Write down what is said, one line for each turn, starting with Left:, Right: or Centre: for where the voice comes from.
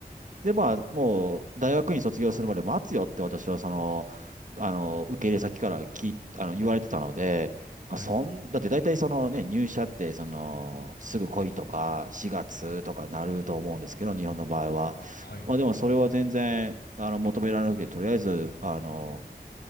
Right: で、まあ、もう、大学院卒業するまで待つよって私は、その、あの、受け入れ先から聞い、あの、言われてたので、
Left: はい。
Right: まあ、そん、
Left: うん
Right: だって大体そのね、入社って、その、すぐ来いとか、4月とかなると思うんですけど、日本の場合は。
Left: はい。
Right: まあ、でもそれは全然、あの、求められなくて、とりあえず、あの、